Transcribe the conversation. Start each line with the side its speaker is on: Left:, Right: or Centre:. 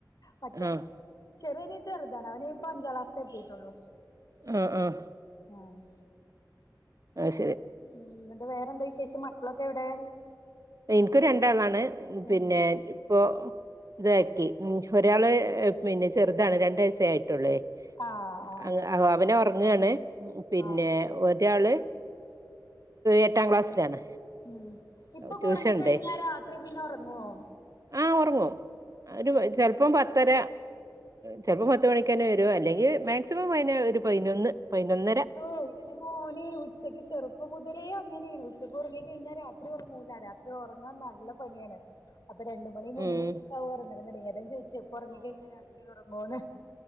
Left: മറ്റേ
Right: ആഹ്
Left: ചെറിയന് ചെറുതാണ് അവനിപ്പ അഞ്ചാം ക്ലാസ്സിലെത്തിട്ടൊള്ളു.
Right: ആഹ് ആഹ്
Left: ആഹ്
Right: അയ് ശരി
Left: ഉം ന്നട്ട് വേറെന്താ വിശേഷം, മക്കളൊക്കെവിടെ
Right: എൻക്കും രണ്ടാളാണ് പിന്നെ
Left: ഉം
Right: പ്പൊ ഇതേക്കി, ഉം ഒരാള് പിന്നെ ചെർതാണ് രണ്ടയസ്സേ ആയിട്ടൊള്ളേയ്
Left: ആഹ് ആഹ്
Right: അങ്ങ അവ അവന് ഒറങ്ങാണ്, പിന്നെ
Left: ആഹ്
Right: ഒരാള് എട്ടാം ക്ലാസ്സിലാണ്.
Left: ഉം ഇപ്പൊക്കൊറങ്ങി
Right: ട്യൂഷൻ ഉണ്ടേ
Left: കഴിഞ്ഞാ രാത്രി പിന്നെ ഒറങ്ങുവോ
Right: ആഹ് ഒറങ്ങും, ആഹ് ഒരു ചെൽപ്പം പത്തര ചെലപ്പോ പത്തു മണിക്കെന്നെ വരും അല്ലെങ്കിൽ മാക്സിമം പയനൊ ഒരു പയിനൊന്ന് പയിനൊന്നര
Left: ഓഹ് ഇന്നെന്താ ഓനെയ് ഉച്ചക്ക് ചെറുപ്പം മുതലേ അങ്ങനേണ് ഉച്ചക്ക് ഒറങ്ങി കഴിഞ്ഞാ രാത്രി ഒറങ്ങൂല, രാത് ത്രി ഒറങ്ങാൻ നല്ല പണിയാണ് അപ്പ രണ്ടു മണി മൂന്ന്
Right: ഉം
Left: മണിയൊക്കാകും ഉറങ്ങണന്നുണ്ടെങ്കി അതാ ഞാൻ ചോയ്ച്ച് ഇപ്പൊ ഒറങ്ങി കഴിഞ്ഞാ രാത്രി ഒറങ്ങോന്ന്.